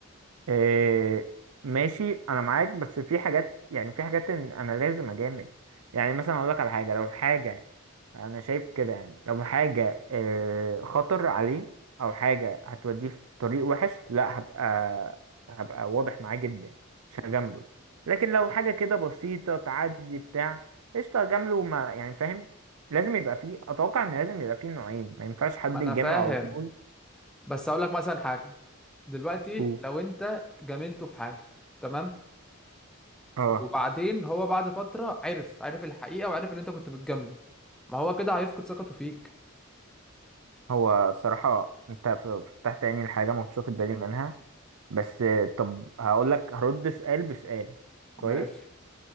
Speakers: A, on the right (about 85°); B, in the centre.
A: إيه ماشي انا معاك بس في حاجات يعني في حاجات إن انا لازم اجامل يعني مثلا اقول لك على حاجه لو الحاجه انا شايف كده يعني لو حاجه آه، خطر عليه او حاجه هتوديه في طريق وحش لا هبقى هبقى واضح معاه جدا مش هجامله لكن لو حاجه كده بسيطه تعدي بتاع قشطه هجامله ما يعني فاهم لازم يبقى فيه اتوقع ان لازم يبقى فيه نوعين ما ينفعش حد
B: ما انا
A: يجامل
B: فاهم
A: على طول
B: بس اقول لك مثلا حاجه دلوقتي
A: و...
B: لو انت جاملته في حاجه تمام
A: اه
B: وبعدين هو بعد فتره عرف عرف الحقيقه وعرف ان انت كنت بتجامله ما هو كده هيفقد ثقته فيك
A: هو الصراحه انت ف- فتحت عيني لحاجه ما كنتش واخد بالي منها بس آه، طب هقول لك هرد سؤال بسؤال كويس
B: ماشي